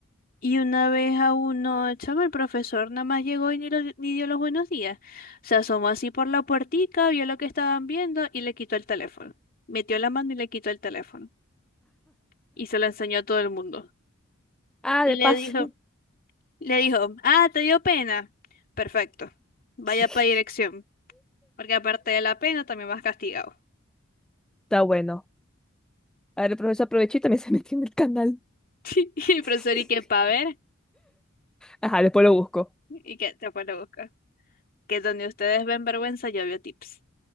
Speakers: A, on the left; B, in the centre.
A: Y una vez a uno, chamo, el profesor nada más llegó y ni, lo- ni dio los buenos días. Se asomó así por la puertica, vio lo que estaban viendo y le quitó el teléfono. Metió la mano y le quitó el teléfono. y se la enseñó a todo el mundo.
B: Ah,
A: Y
B: de
A: le
B: paso.
A: dijo, le dijo, ah, ¿te dio pena? Perfecto, vaya
B: <laughs>
A: para dirección, porque aparte de la pena también vas castigado.
B: Está bueno. A ver, el profesor aprovechó y también <laughs> se metió en el canal.
A: <laughs> Y el profesor,
B: <laughs>
A: ¿y qué pa' ver?
B: Ajá, después lo busco.
A: ¿Y que Te fue a buscar. Que donde ustedes ven vergüenza, yo veo tips.